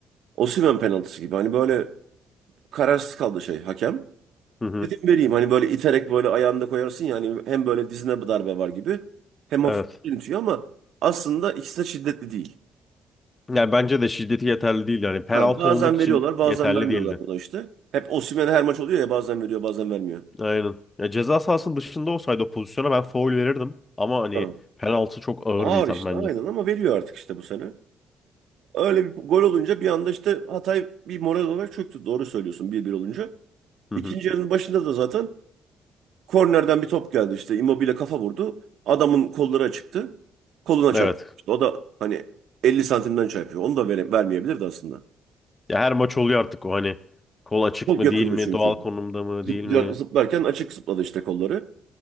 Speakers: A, on the right; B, on the left.
A: Osimhen penaltısı gibi. Hani böyle kararsız kaldı şey hakem.
B: Hı hı.
A: Dedim vereyim hani böyle iterek böyle ayağında koyarsın yani hem böyle dizine bir darbe var gibi hem hafif
B: Evet.
A: initiyor ama aslında ikisi de şiddetli değil.
B: Yani bence de şiddeti yeterli değil. Yani penaltı
A: Ha, bazen
B: olmak için
A: veriyorlar bazen
B: yeterli
A: vermiyorlar
B: değildi.
A: buna işte. Hep Osimhen her maç oluyor ya bazen veriyor bazen vermiyor.
B: Aynen. Ya ceza sahasının dışında olsaydı o pozisyona ben faul verirdim. Ama hani
A: Ha.
B: penaltı çok ağır
A: Ağır
B: bir itham
A: işte
B: bence.
A: aynen ama veriyor artık işte bu sene. Öyle bir gol olunca bir anda işte Hatay bir moral olarak çöktü. Doğru söylüyorsun 1-1 olunca.
B: Hı
A: İkinci
B: hı.
A: yarının başında da zaten kornerden bir top geldi işte Immobile kafa vurdu. Adamın kolları açıktı. Koluna
B: Evet.
A: çarptı. İşte o da hani 50 santimden çarpıyor. Onu da vere, vermeyebilirdi aslında.
B: Ya her maç oluyor artık o hani kol açık
A: Çok
B: mı
A: yakındı
B: değil mi,
A: çünkü.
B: doğal konumda mı
A: Zıplar,
B: değil mi?
A: zıplarken açık zıpladı işte kolları.